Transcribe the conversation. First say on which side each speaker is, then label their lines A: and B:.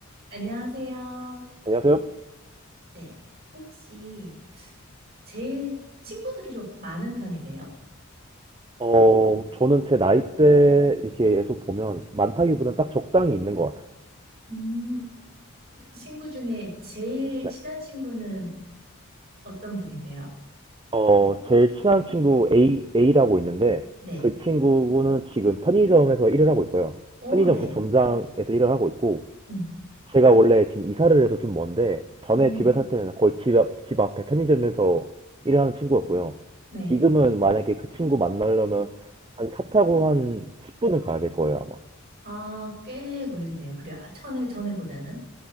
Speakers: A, on the right (about 50°); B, on the right (about 25°).
A: 안녕하세요.
B: 안녕하세요.
A: 네. 혹시 제일 친구들이 좀 많은 편이세요?
B: 어, 저는 제 나이대 이렇게 계속 보면 많다기보다는
A: 네.
B: 딱 적당히 있는 것 같아요.
A: 음, 혹시 친구 중에 제일
B: 네.
A: 친한 친구는 어떤 분이세요?
B: 어, 제일 친한 친구 A, A라고 있는데
A: 네.
B: 그 친구는 지금 편의점에서 일을 하고 있고요.
A: 오,
B: 편의점
A: 네.
B: 그 점장에서 일을 하고 있고
A: 음,
B: 제가 원래 지금 이사를 해서 좀 먼데 전에
A: 음,
B: 집에 살 때는 거의 집, 앞, 집 앞에 편의점에서 일을 하는 친구였고요.
A: 네.
B: 지금은 만약에 그 친구 만나려면 한 차 타고 한 10분은 가야 될 거예요, 아마.
A: 아, 꽤 걸리네요. 그래요. 아, 전에, 전에보다는.